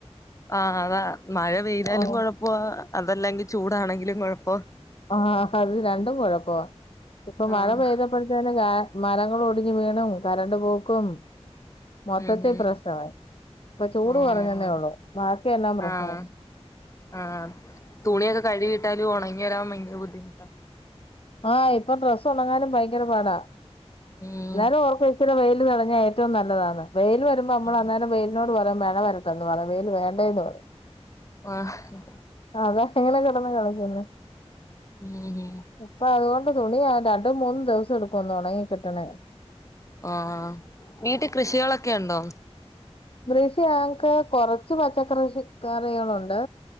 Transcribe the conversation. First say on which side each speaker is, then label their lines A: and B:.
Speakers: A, on the left (about 30°); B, on the left (about 55°).
A: ആഹ് അതാ മഴ പെയ്താലും
B: ഓഹ്
A: കൊഴപ്പാ, അതല്ലെങ്കിൽ ചൂടാണെങ്കിലും കൊഴപ്പാ.
B: ആഹ്, അത് രണ്ടും കെഴപ്പാ, ഇപ്പൊ മഴ
A: ആഹ്
B: പെയ്ത ഇപ്പെഴ്ത്തെലൂം ഞാൻ മരങ്ങൾ ഒടിഞ്ഞ് വീണും, കറണ്ട് പോക്കും. മൊത്തെത്തീ
A: ഉം ഉം
B: പ്രശ്നമായ്, ഇപ്പൊ ചൂട്
A: ഓഹ്
B: കെറഞ്ഞെന്നെള്ളൂ, ബാക്കിയെല്ലാം പ്രശ്നായ്.
A: ആഹ് ആഹ് തുണിയൊക്കെ കഴുകിട്ടാല്. ഒണങ്ങി വെരാൻ ഭയങ്കര, ബുദ്ധിമുട്ടാ.
B: ആഹ്, ഇപ്പൊ ഡ്രസ്സ് ഒണങ്ങാനും ഭയങ്കര പാടാ,
A: ഉം
B: എന്നാലും ഓർക്കേച്ചിരി വെയില് തടഞ്ഞായി. ഏറ്റവും നല്ലതാണ്. വെയിൽ വരുമ്പോ നമ്മള്
A: ആഹ്
B: അന്നേരം വെയിലിനോട് പറയും മഴ വരട്ടെന്ന് പറയും. വെയില് വേണ്ടേന്ന് പറയും
A: ആഹ്.
B: അതാ <unintelligible> കിടെന്ന് കളിക്കുന്നു.
A: ഏഹ്
B: ഉപ്പാ അതേണ്ട് തുണിയാലും രണ്ടും മൂന്നും ദുവസം എട്ക്കും ഒന്നെണങ്ങി കിട്ടണേ
A: ആഹ് വീട്ടീൽ കൃഷികളൊക്കെ ഉണ്ടോ
B: കൃഷി ഞങ്ങ്ക്ക് കൊറച്ച് പച്ചക്കറി റിഷിക്കറികളുണ്ട്.